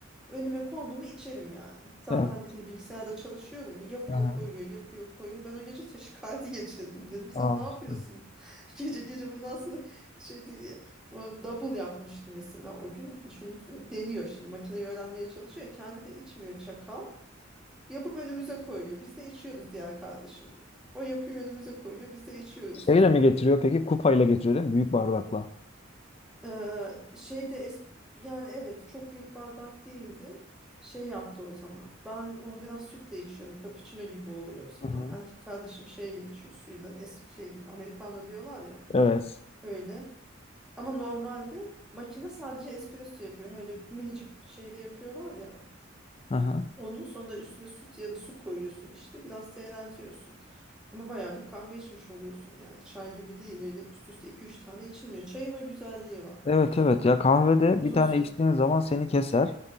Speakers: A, in the centre; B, on the left.
A: Önüme kondu mu içerim yani. Zaten
B: Evet.
A: bir de bilgisayarda çalışıyorum ya. Yapıyor
B: Aha.
A: koyuyor yapıyor koyuyor. Ben o gece taşikardi geçirdim dedim. Sen
B: Aa.
A: ne yapıyorsun? <laughs> Gece gece bundan sonra şey değil ya. O double yapmıştı mesela o gün. Hiç unutmuyorum. Deniyor şimdi. Makineyi öğrenmeye çalışıyor. Kendi de içmiyor çakal. Yapıp önümüze koyuyor. Biz de içiyoruz diğer kardeşimle. O yapıyor önümüze koyuyor. Biz de içiyoruz
B: Şeyle
A: falan.
B: mi getiriyor peki? Kupayla getiriyor değil mi? Büyük bardakla.
A: Ee, şeyde es yani evet çok büyük bardak değildi. Şey yaptı o zaman. Ben onu biraz sütle içiyorum. Cappuccino gibi oluyor o zaman.
B: Hı hı.
A: Erkek kardeşim şeyle içiyor suyla. Es şey gibi Americano diyorlar ya.
B: Evet.
A: Öyle. Ama normalde makine sadece espresso yapıyor. Öyle minicik şeyde yapıyorlar ya.
B: Aha.
A: Onun sonra üstüne süt ya da su koyuyorsun işte. Biraz seyreltiyorsun. Ama bayağı bir kahve içmiş oluyorsun yani. Çay gibi değil öyle üst üste 2-3 tane içilmiyor. Çayın o güzelliği var.
B: Evet evet ya kahvede
A: Uzun
B: bir tane
A: süre.
B: içtiğin zaman seni keser.